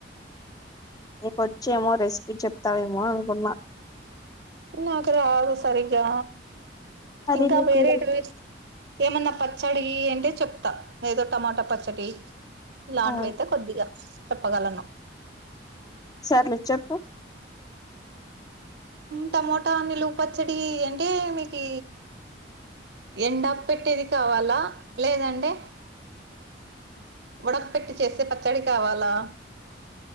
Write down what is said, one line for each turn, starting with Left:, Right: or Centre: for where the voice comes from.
Left: నీకొచ్చేమో రెసిపీ చెప్తావేమో అనుకున్నా
Right: నాకు రాదు సరిగా
Left: అరే
Right: ఇంకా
Left: నీకు
Right: వేరే టు ఏమన్నా పచ్చడి అంటే చెప్తా ఏదో టమాటా పచ్చడి లాటివి
Left: ఆ
Right: ఐయితే కొద్దిగా చెప్పగలను
Left: సార్లే చెప్పు
Right: టమోటా నిలువు పచ్చడి అంటే మీకు ఎండ పెట్టేది కావాలా లేదంటే ఉడక పెట్టి చేసే పచ్చడి కావాలా.